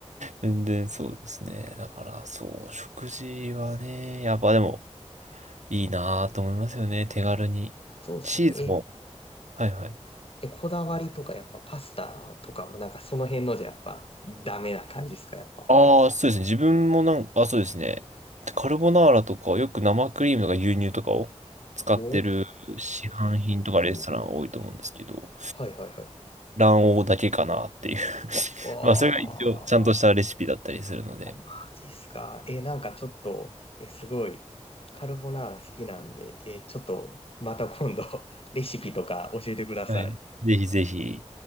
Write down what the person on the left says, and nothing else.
そうっすね。
え、
えこだわりとかやっぱパスタとかもなんかその辺のじゃやっぱダメな感じですか、やっぱ。
おー。はいはいはい。
わー。
マジっすか。え、なんかちょっと、え、すごい、カルボナーラ好きなんで、え、ちょっとまた今度 <laughs> レシピとか教えてください。